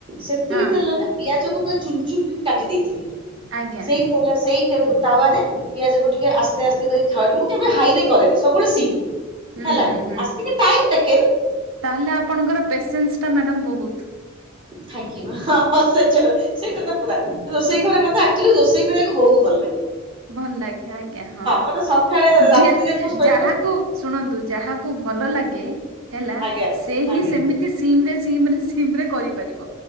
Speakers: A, on the right; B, on the right.
A: ସେତିକି
B: ହଁ
A: ତେଲରେ ପିଆଜକୁ ପୁରା ଚୁନ ଚୁନ କି କାଟି ଦେଇଥିବେ
B: ଆଜ୍ଞା
A: ସେଇ ପୋଲ ସେଇ <unintelligible> ତାୱାରେ ପିଆଜକୁ ଟିକେ ଆସ୍ତେ ଆସ୍ତେ କରି ଥଡ, ମୁଁ କେବେ ହାଇରେ କରେନି ସବୁବେଳେ ସିମ୍।
B: ହୁଁ
A: ହେଲା
B: ହୁଁ ହୁଁ
A: ଆସ୍ତିକି ଟାଇମ ଟେକେନ୍।
B: ତାହେଲେ ଆପଣଙ୍କର ପେସେନ୍ସଟା ମ୍ୟାଡ଼ମ୍ ବହୁତ୍।
A: ଥାଙ୍କ ୟୁ ହଁ ହଁ ସେ ଯୋଉ ସେଇଟା ତ ପୁରା, ରୋଷେଇ ଘରେ ମତେ ଆ କଚୁଲି ରୋଷେଇ କରିଆକୁ ବହୁତ ଭଲ ଲାଗେ।
B: ଭଲ ଲାଗେ ଆଜ୍ଞା ହଁ,
A: ମତେ ସକାଳେ
B: ଯିଏ
A: ରାତିରେ ମୁଁ ଶୋଇବା
B: ଯାହାକୁ ଶୁଣନ୍ତୁ ଯାହାକୁ ଭଲ ଲାଗେ ହେଲା
A: ଆଜ୍ଞା
B: ସେ ହିଁ
A: ଆଜ୍ଞା
B: ସେମି ତି ସିମରେ ସିମରେ ସିମରେ କରିପାରିବ,